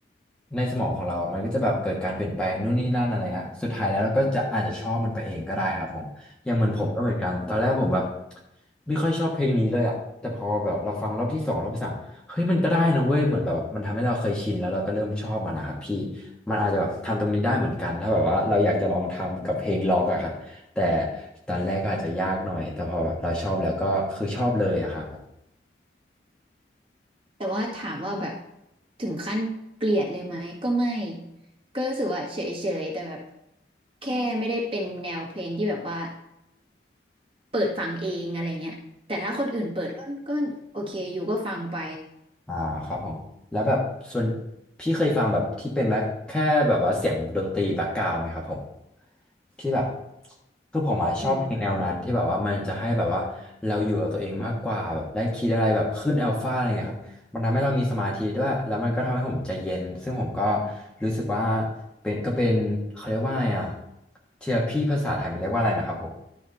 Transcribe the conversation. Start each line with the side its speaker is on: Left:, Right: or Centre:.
Centre: ในสมองของเรามันก็จะแบบเกิดการเปลี่ยนแปลงนู่นนี่นั่นอะไรฮะสุดท้ายแล้วเราก็จะอาจจะชอบมันไปเองก็ได้ครับผมอย่างเหมือนผมก็เหมือนกันตอนแรกผมแบบไม่ค่อยชอบเพลงนี้เลยอะแต่พอแบบเราฟังรอบที่สองรอบที่สาม เฮ้ยมันก็ได้นะเว้ยเหมือนแบบมันทำให้เราเคยชินแล้วเราก็เริ่มชอบมันนะครับพี่มันอาจจะแบบทำตรงนี้ได้เหมือนกันถ้าแบบว่าเราอยากจะลองทำกับเพลงล็อกอะครับแต่ตอนแรกก็อาจจะยากหน่อยแต่พอแบบเราชอบแล้วก็คือชอบเลยอะครับผม
Right: แต่ว่าถามว่าแบบถึงขั้นเกลียดเลยไหมก็ไม่ก็รู้สึกว่าเฉยๆแต่แบบแค่ไม่ได้เป็นแนวเพลงที่แบบว่าเปิดฟังเองอะไรเงี้ยแต่ถ้าคนอื่นเปิดก็ก็โอเคอยู่ก็ฟังไป
Centre: อ่าครับผมแล้วแบบส่วนพี่เคยฟังแบบที่เป็นแบบแค่แบบว่าเสียงดนตรีแบ็กกราวด์ไหมครับผมที่แบบคือผมอะชอบเพลงแนวนั้นที่แบบว่ามันจะให้แบบว่าเราอยู่กับตัวเองมากกว่าแบบได้คิดอะไรแบบขึ้นอัลฟาอะไรเงี้ยครับมันทำให้เรามีสมาธิด้วยแล้วมันก็ทำให้ผมใจเย็นซึ่งผมก็
Right: อืม
Centre: รู้สึกว่าเป็นก็เป็นเขาเรียกว่าไงอะเทอราพีภาษาไทยมันเรียกว่าอะไรนะครับผม